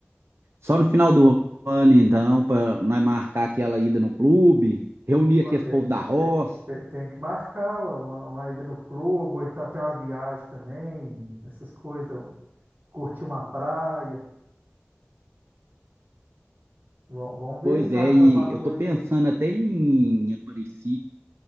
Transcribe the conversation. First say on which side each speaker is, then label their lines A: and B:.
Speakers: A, on the right (about 75°); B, on the right (about 50°).
A: só no final do ano, então, para nós marcar aquela ida no clube, reunir aqui esse
B: Tem,
A: povo da roça.
B: tem, tem- tem que marcar uma, uma ida no clube, ou então tem uma viagem também, essas coisas, um- curtir uma praia. Vão, vão ver
A: Pois
B: e marcar
A: é, e
B: alguma coisa
A: eu tô pensando
B: aí.
A: até em Aparecida.